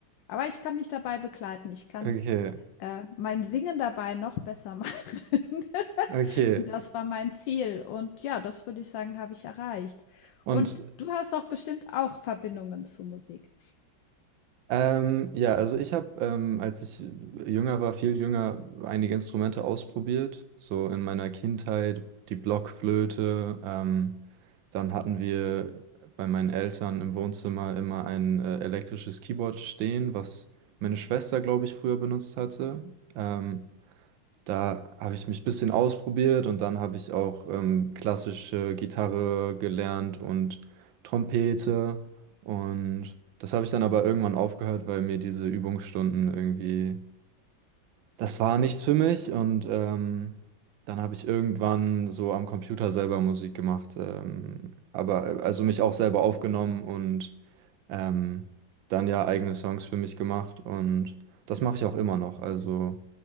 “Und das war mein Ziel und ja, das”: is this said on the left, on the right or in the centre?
Left